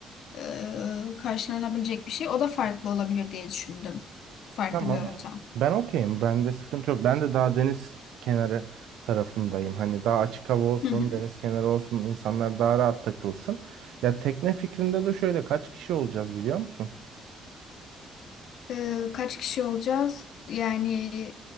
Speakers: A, on the left; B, on the right.
A: Ee, karşılanabilecek bir şey. O da farklı olabilir diye düşündüm. Farklı
B: Tamam.
A: bir ortam.
B: Ya. Ben okeyim. Bende sıkıntı yok. Ben de daha deniz kenarı tarafındayım. Hani daha açık hava olsun,
A: Hı hı.
B: deniz kenarı olsun, insanlar daha rahat takılsın. Ya tekne fikrinde de şöyle kaç kişi olacağız biliyor musun?
A: Ee, kaç kişi olacağız? Yani